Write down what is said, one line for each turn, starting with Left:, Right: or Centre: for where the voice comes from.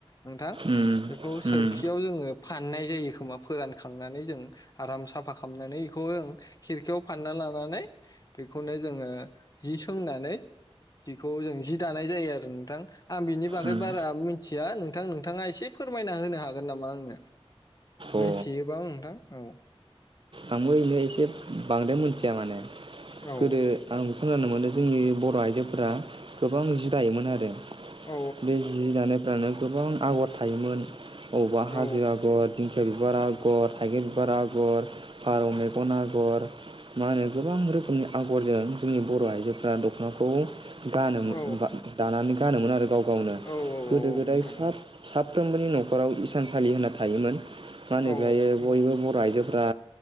Left: नोंथां
Right: उम
Left: बेखौ सोरखियाव
Right: उम
Left: जोङो फाननाय जायो खोमा फोरानखांनानै जों आराम साफा खालामनानै बेखौ जों खिरखियाव फानना लानानै बेखौनो जोङो जि सोंनानै जिखौ जों जि दानाय जायो आरो नोंथां। आं बिनि बागै
Right: उम
Left: बारा मिथिया नोंथां नोंथाङा एसे फोरमायना होनो हागोन नामा आंनो
Right: अ
Left: मिथियोबाव नोंथां औ।
Right: आंबो नो एसे बांद्राय मिथिया माने
Left: औ
Right: गोदो आं खोनानो मोनदों जोंनि बर' आइजोफोरा गोबां जिदायोमोन आरो।
Left: औ
Right: बे जि दानाय जानो गोबां आगर थायोमोन। अबा हाजो
Left: औ
Right: आगर दिं। खेलबार आगर थागेद बिबार आगर। फारौ मेगन आगर मा होनो गोबां रोखोमनि आगरजों जोंनि बर'आइजोफ्रा दखनाखौ। गानोम
Left: औ
Right: दानानै गानोमोन आरो गाव गावनो
Left: औ
Right: गोदो
Left: औ औ
Right: गोदाय
Left: नोंथां
Right: साब
Left: औ
Right: साब फ्रोमबोनि नखराव इसानसालि होनना थायोमोन। मा होनो
Left: औ
Right: बाय बयबो बराय। जोफ्रा।